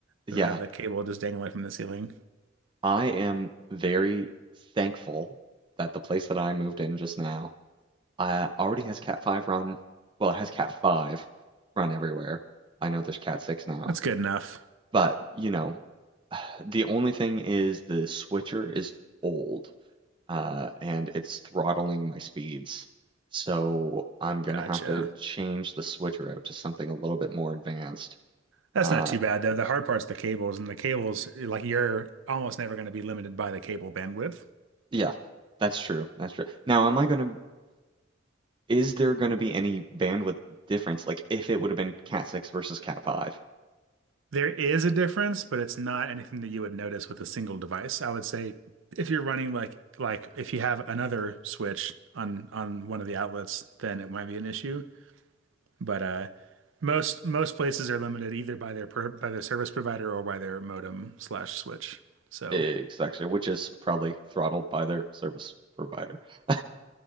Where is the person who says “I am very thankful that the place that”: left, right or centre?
Right